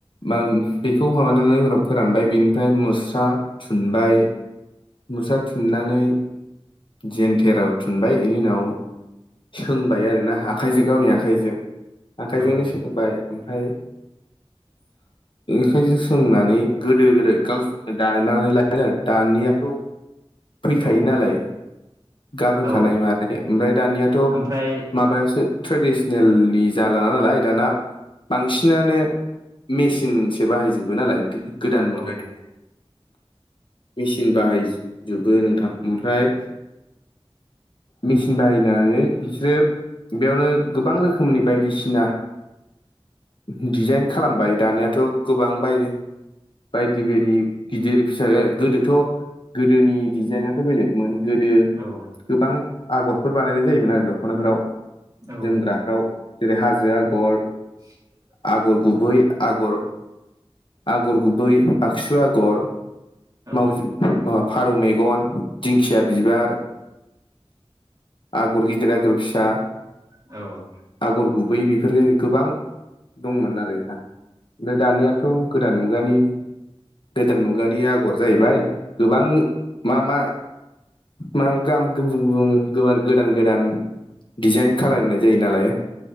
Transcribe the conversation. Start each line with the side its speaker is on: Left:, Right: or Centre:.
Left: मा बेखौ माबानानै उनाव फोरानबाय बिनिफ्राय मुस्रा थुनबाय। मोसा्रा थुननानै जेन्थेराव थुनबाय बेनि उनाव सोंबाय आरोोना आखाइजों गावनि आखाइजों आखाइजोंनो
Right: औ
Left: सों बुंबाय ओमफ्राय ओंखायनो सोंनानै गोदो गोदाय गावसोरनो दानानै लाय आरो दानियाथ' फैखायो
Right: औ
Left: नालाय गाबहोखानाय
Right: औ
Left: मानाय ओमफ्राय दानियाथ'
Right: ओमफ्राय
Left: माबायासो ट्रेडिसनेलनि जाला ना नालाय दाना बांसिनानो मेसिनसो बाहायजोबो नालाय गोदान मुगानिनो
Right: औ
Left: मेचिन बाहायजोबो नोंथां ओमफ्राय मेचिन बाहायनानै बिसोरो बेयावनो गोबां रोखोमनि बायदिसिना दिडजाइन खालामबाय दानिाथ' गोबां बायो बायदि बायदि गिदिर फिसा गोदोथ' गोदोनि डिजाइनाथ' बेलेग। गोदो
Right: औ
Left: गोबां आगरफोर बानायनाय जायोमोन आरो दख'नाफोराव
Right: औ
Left: जोमग्रा। आव जेरै हाजो आगर
Right: <inaudible>
Left: आगर गुबै आगर आगर गुबै बाक्सु आगर
Right: औ
Left: मावजाब फारौ मेगन दिंखिया बिबार आगर गिदिर आगर फिसा
Right: औ
Left: आगर गुबैयै बेफोरखाय गोबां दंमोन आरोा ओमफ्राय दानियाथ' गोदान मुगानि गोदान मुगानि आगर जाहैबाय गोबां मा मा मा गाहाम गुबुं गुबुं गोबां गोदान गोदान डिजाइन खालामनाय जायो नालाय।